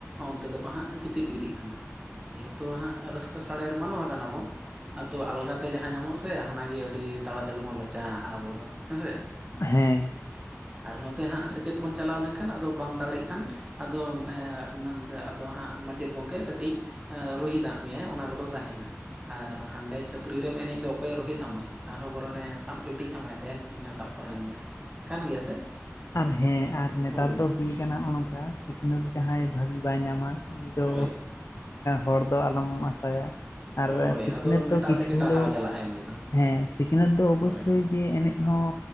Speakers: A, on the right (about 20°); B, on the left (about 60°).
A: ᱚᱱᱛᱮ ᱫᱚᱠᱚ ᱦᱟᱸᱜ ᱪᱷᱤᱛᱤ ᱵᱤᱛᱤᱜ ᱠᱟᱱᱟ᱾ ᱡᱮᱦᱚᱛᱚ ᱦᱟᱸᱜ ᱨᱟᱹᱥᱠᱟᱹ ᱥᱟᱲᱮᱨ ᱢᱟᱱᱣᱟ ᱠᱟᱱᱟ ᱵᱚᱱ ᱟᱫᱚ ᱟᱞᱜᱟ ᱛᱮ ᱡᱟᱦᱟᱸ ᱧᱟᱢᱚᱜ ᱥᱮ ᱦᱟᱱᱟ ᱜᱮ ᱟᱹᱰᱤ ᱛᱟᱲᱟ ᱛᱟᱹᱲᱤ ᱵᱚᱱ ᱞᱚᱪᱟᱜᱟᱜᱼᱟ᱾ ᱟᱵᱚ ᱫᱚ ᱦᱮᱸ ᱥᱮ
B: ᱦᱮᱸ᱾
A: ᱟᱨ ᱱᱚᱛᱮ ᱦᱟᱸᱜ ᱥᱮᱪᱮᱫ ᱵᱚᱱ ᱪᱟᱞᱟᱣ ᱞᱮᱱᱠᱷᱟᱱ ᱟᱫᱚ ᱵᱟᱢ ᱫᱟᱲᱮᱜ ᱠᱷᱟᱱ ᱟᱫᱚ ᱮᱸ ᱟᱫᱚ ᱦᱟᱸᱜ ᱢᱟᱪᱮᱫ ᱜᱚᱢᱠᱮ ᱠᱟᱹᱴᱤᱡ ᱮᱸ ᱨᱩᱦᱤᱫᱟᱜ ᱢᱮᱭᱟᱭ ᱚᱱᱟ ᱠᱚᱫᱚ ᱛᱟᱦᱮᱱᱟ ᱟᱨ ᱦᱟᱸᱰᱮ ᱪᱷᱟᱹᱯ ᱯᱟᱨᱤ ᱨᱮᱢ ᱮᱱᱮᱡ ᱫᱚ ᱚᱠᱚᱭᱮ ᱨᱳᱦᱤᱛ ᱟᱢᱟᱭ ᱟᱨᱦᱚᱸ ᱵᱚᱨᱚᱱᱮ ᱥᱟᱵ ᱡᱩᱴᱤᱡ ᱟᱢᱟᱭ ᱫᱮᱱ ᱤᱧᱦᱚᱸ ᱥᱟᱵ ᱛᱚᱨᱟᱧ ᱢᱮ᱾ ᱠᱟᱱ ᱜᱮᱭᱟ ᱥᱮ᱾
B: ᱟᱨ ᱦᱮᱸ ᱟᱨ ᱱᱮᱛᱟᱨ
A: ᱦᱳᱭ
B: ᱫᱚ ᱦᱩᱭ ᱠᱟᱱᱟ ᱦᱚᱜ ᱱᱚᱝᱠᱟ ᱥᱤᱠᱷᱱᱟᱹᱛ ᱡᱟᱦᱟᱸᱭ ᱵᱷᱟᱜᱤ ᱵᱟᱭ ᱧᱟᱢᱟ ᱩᱱᱤ ᱫᱚ
A: ᱦᱳᱭ
B: ᱦᱚᱲ ᱫᱚ ᱟᱞᱚᱢ ᱟᱥᱟᱭᱟ ᱟᱨ
A: ᱦᱳᱭ
B: ᱥᱤᱠᱷᱱᱟᱹᱛ
A: ᱟᱫᱚ
B: ᱫᱚ
A: ᱮᱴᱟᱜ
B: ᱠᱤᱪᱷᱩ
A: ᱥᱮᱫ ᱜᱮ
B: ᱦᱳᱞᱮᱭᱳ
A: ᱴᱟᱨᱦᱟᱣ ᱪᱟᱞᱟᱜᱼᱟᱭ ᱩᱱᱤ ᱫᱚ
B: ᱦᱮᱸ ᱥᱤᱠᱷᱱᱟᱹᱛ ᱫᱚ ᱚᱵᱚᱥᱚᱭ
A: ᱦᱳᱭ
B: ᱡᱮ ᱮᱱᱮᱡ ᱦᱚᱸ